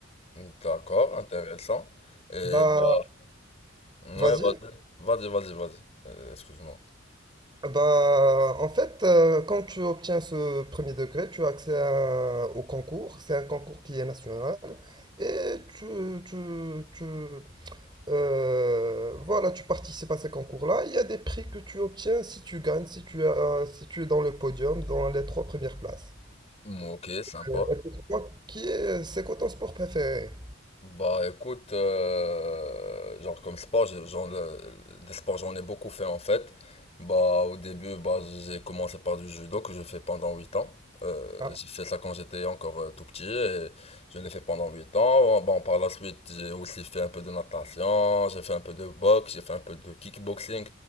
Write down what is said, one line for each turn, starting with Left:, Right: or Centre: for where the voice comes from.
Left: D'accord, intéressant. Et
Right: Bah,
Left: bah, ouais,
Right: vas-y.
Left: vas-y, vas-y, vas-y, vas-y. Euh, excuse-moi.
Right: Ah Bah, en fait, euh, quand tu obtiens ce premier degré, tu as accès à- au concours. C'est un concours qui est national. Et tu, tu- tu- euh, voilà, tu participes à ces concours-là. Il y a des prix que tu obtiens si tu gagnes, si tu as, si tu es dans le podium, dans les trois premières places.
Left: Mm, Ok, sympa.
Right: Euh, Et pour toi, qui est, c'est quoi ton sport préféré?
Left: Bah écoute, euh, genre comme sport, j'ai- genre le- des sports j'en ai beaucoup fait en fait. Bah au début, bah j'ai commencé par du judo que je fais pendant 8 ans. Euh,
Right: Ah,
Left: j'ai fait ça quand j'étais encore euh, tout petit et je l'ai fait pendant 8 ans. Bon, par la suite, j'ai aussi fait un peu de natation, j'ai fait un peu de boxe, j'ai fait un peu de kickboxing.